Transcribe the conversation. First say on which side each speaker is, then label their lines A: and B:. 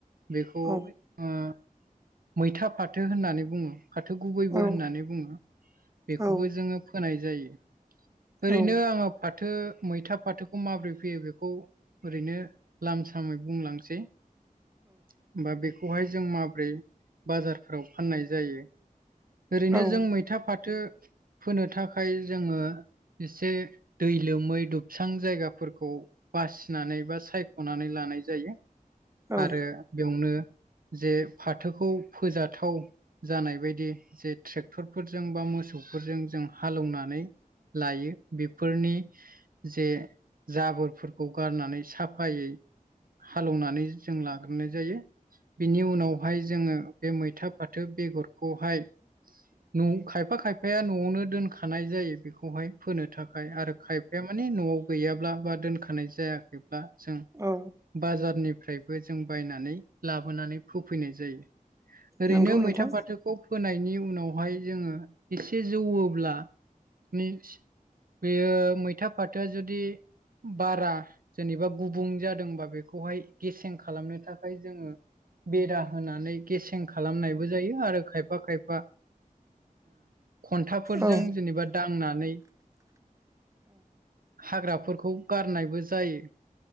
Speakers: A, on the right (about 75°); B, on the right (about 20°).
A: बेखौ ओ
B: औ
A: मैथा फाथो होन्नानै बुङो, फाथो गुबैबो
B: औ
A: होन्नानै बुङो। बेखौबो
B: औ
A: जोङो फोनाय जायो। ओरैनो
B: औ
A: आङो फाथो मैथा फाथोखौ माबोरै फैयो बेखौ ओरैनो लामसामै बुंलांसै। होमबा बेखौहाय जों माब्रै बाजारफ्राव फान्नाय जायो ओरैनो
B: औ
A: जों मैथा फाथो फोनो थाखाय जोङो एसे ‌ दै लोमै दुबसां जायगाफोरखौ बासिनानै बा सायख'नानै लानाय जायो
B: औ
A: आरो बेवनो जे फाथोखौ फोजाथाव जानाय बायदि जे ट्रेक्टरफोरजों बा मोसौफोरजों जों हालेवनानै लायो बेफोरनि जे जाबोरफोरखौ गारनानै साफायै हालेवनानै जों लागोरनाय जायो। बिनि उनावहाय जोङो बे मैथा फाथो बेगरखौहाय न'खायफा खायफाया न'आवनो दोनखानाय जायो बेखौहाय फोनो थाखाय आरो खाय फाया माने न'आव गैयाब्ला बा दोनखानाय जायाखैब्ला जों
B: औ
A: बाजारनिफ्रायबो जों बायनानै लाबोनानै फोफैनाय जायो। ओरैनो
B: नंगौ नोंथां
A: मैथा फाथोखौ फोनायनि उनावहाय जोङो एसे जौवोब्ला निज बेयो मैथा फाथोआ जुदि बारा जेनेबा गुबुं जादोंबा बेखौहाय गेसें खालामनो थाखाय जोङो बेरा होनानै गेसें खालामनायबो जायो आरो खाय फा खायफा खन्थाफोरजों
B: औ
A: जेनेबा दांनानै हाग्राफोरखौ गारनायबो जायो